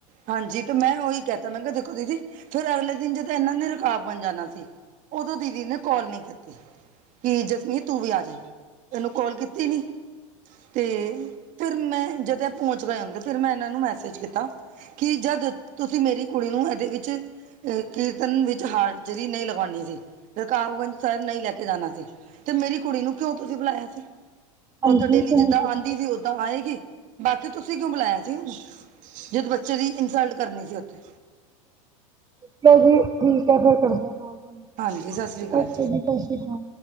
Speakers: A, on the right (about 45°); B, on the right (about 20°).
A: ਹਾਂਜੀ, ਤੇ ਮੈਂ ਉਹੀ ਕਹਿਤਾ ਮੈਂ ਕਿਹਾ ਦੇਖੋ ਦੀਦੀ ਫੇਰ ਅਗਲੇ ਦਿਨ ਜਦੋਂ ਇਹਨਾਂ ਨੇ ਰਕਾਵ ਗੰਜ ਜਾਣਾ ਸੀ। ਉਦੋਂ ਦੀਦੀ ਨੇ ਕੋਲ ਨੀ ਕੀਤੀ। ਕਿ ਜਸਮੀਤ ਤੂੰ ਵੀ ਆ ਜੀ ਇਹਨੂੰ ਕੋਲ ਕੀਤੀ ਨੀ। ਤੇ ਫਿਰ ਮੈਂ ਜਦੋਂ ਪਹੁੰਚ ਗਏ ਹੋਣਗੇ ਫਿਰ ਮੈਂ ਇਹਨਾਂ ਨੂੰ ਮੈਸੇਜ ਕੀਤਾ। ਕਿ ਜਦ ਤੁਸੀਂ ਮੇਰੀ ਕੁੜੀ ਨੂੰ ਇਹਦੇ ਵਿੱਚ ਕੀਰਤਨ ਵਿੱਚ ਹਾਜਰੀ ਨਹੀਂ ਲਗਾਣੀ ਸੀ। ਰਕਾਬਗੰਜ ਸਾਹਿਬ ਨਹੀਂ ਲੈ ਕੇ ਜਾਣਾ ਸੀ ਤੇ ਮੇਰੀ ਕੁੜੀ ਨੂੰ ਕਿਉਂ ਤੁਸੀਂ ਬੁਲਾਇਆ ਸੀ। ਉਹ
B: ਹਾਂਜੀ
A: ਤਾਂ ਡੇਲੀ
B: ਹਾਂਜੀ
A: ਜਿੱਦਾਂ ਆਂਦੀ ਸੀ, ਓਦਾਂ ਆਏਗੀ, ਬਾਕੀ ਤੁਸੀਂ ਕਿਉਂ ਬੁਲਾਇਆ ਸੀ ਉਹਨੂੰ? ਜਦੋਂ ਬੱਚੇ ਦੀ ਇਨਸਲਟ ਕਰਨੀ ਸੀ ਉੱਥੇ।
B: ਠੀਕ ਐ ਜੀ, ਠੀਕ ਆ ਫੇਰ ਕਰਨੇ ਆ ਕੋਲ,
A: ਹਾਂਜੀ ਸਤਿ ਸ੍ਰੀ ਅਕਾਲ
B: ਓਕੇ ਜੀ ਸਾਸੀ ਕਾਲ।